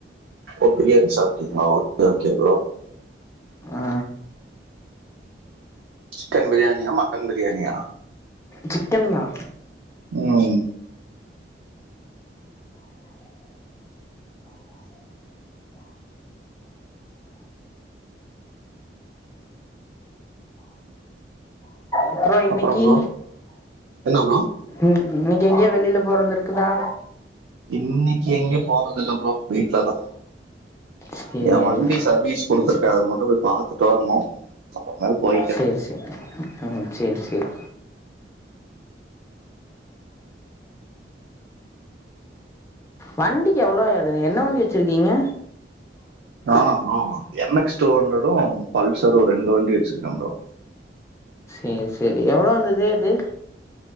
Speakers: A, on the right; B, on the left.
A: ஒ பிரியாணி சாப்ட்டீங்ளா ஓகே ஓகே ப்ரோ
B: ஆ
A: சிக்கன் பிரியாணியா மட்டன் பிரியாணியா
B: சிக்கன் தா
A: ம்
B: அப்றோ இன்னைக்கி
A: அப்புறம் ப்ரோ என்ன ப்ரோ
B: ம் இன்னைக்கி எங்கயோ வெளில போறது இருக்குதா
A: இன்னைக்கி எங்கயு போறதுல்ல ப்ரோ வீட்லதா
B: சரி
A: என் வண்டி சர்வீஸ் குடுத்துருக்கே அது மட்டு போய் பாத்துட்டு வரணு அப்பறமேல் போய்
B: சேரி சேரி ம் ஹும் சேரி சேரி வண்டிக்கி எவ்ளோ என்ன வண்டி வச்சிருக்கீங்க
A: நானா ப்ரோ என் எக்ஸ் டூ ஹண்டரடூ பல்சரு ரெண்டு வண்டி வச்சிருக்கே ப்ரோ
B: ஏ செரி எவ்ளோ வந்துது அது